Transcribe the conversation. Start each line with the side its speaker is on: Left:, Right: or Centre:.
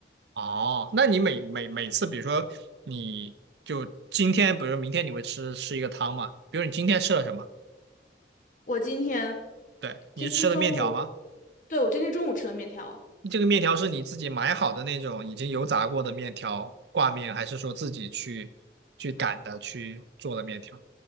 Right: 哦，那你每每每次比如说你就今天，比如说明天你会吃吃一个汤吗？比如你今天吃了什么？
Left: 我今天
Right: 对，你是吃了面条吗？
Left: 今天中午，对，我今天中午吃了面条，
Right: 这个面条是你自己买好的那种已经油炸过的面条挂面，还是说自己去去擀的去做的面条？